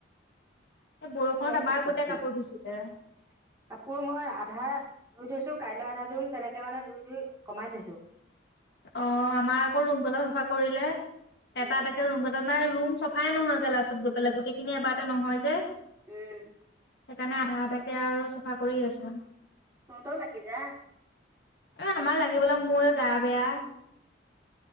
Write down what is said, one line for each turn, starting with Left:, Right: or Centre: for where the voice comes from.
Left: এই বৰষুণত
Right: ওলাই
Left: আমাৰ
Right: থৈছো কাপোৰ
Left: গোটেই
Right: খিনি।
Left: ভিজিলে।
Right: কাপোৰ মই আধা ধুই থৈছো কাইলৈ আধা ধুম তেনেকে মানে ধুই ধুই কমাই থৈছো।
Left: অ আমাৰ আকৌ ৰুম কেইটা চাফা কৰিলে এটা
Right: উম
Left: এটাকে ৰুম কেইটাত মানে ৰুম চ চফাই নহয়গে লাষ্টত গৈ পেলাই গোটেইখিনি এবাৰতে নহয় যে। সেইকাৰণে
Right: উম
Left: আধা আধাকে আৰু চাফা কৰি আছো।
Right: তহঁতৰো লাগি যা।
Left: এ আমাৰ লাগিবলৈ মোৰ গা বেয়া।